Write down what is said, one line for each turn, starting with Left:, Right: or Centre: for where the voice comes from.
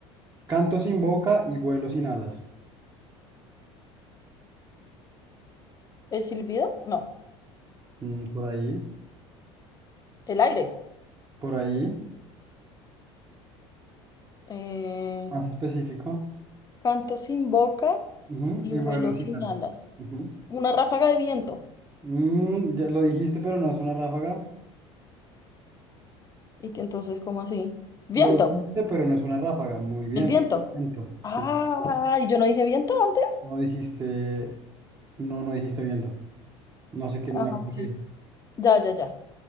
Right: Canto sin boca y vuelo sin alas.
Left: ¿El silbido? No.
Right: Mm, por ahí.
Left: El aire.
Right: Por ahí.
Left: eh,
Right: Más específico.
Left: canto sin boca
Right: Ujú,
Left: y
Right: Y
Left: vuelo
Right: vuelo sin
Left: sin
Right: alas.
Left: alas.
Right: Ujú.
Left: Una ráfaga de viento.
Right: Mm, ya lo dijiste, pero no es una ráfaga.
Left: Y que entonces, ¿cómo así? Viento,
Right: Lo dijiste, pero no es una ráfaga. Muy bien.
Left: el viento.
Right: Viento, sí.
Left: Ah, ¿y yo no dije viento antes?
Right: No dijiste, no, no dijiste viento. No sé qué,
Left: Ah,
Right: no me acuerdo
Left: ok.
Right: qué dijiste.
Left: Ya, ya, ya.